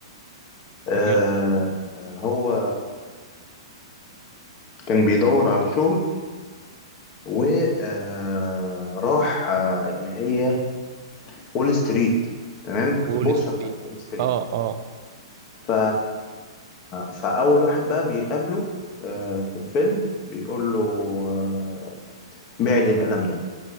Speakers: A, on the left (about 30°); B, on the right (about 45°).
A: أه
B: جميل
A: هو كان بيدور على شغل وراح اللي هي وول ستريت تمام
B: وول
A: البورصة
B: ستريت
A: بتاعت وول ستريت
B: اه اه
A: ف... فأول واحد بقى بيقابله آه، في الفيلم بيقول له آه، بعد القلم ده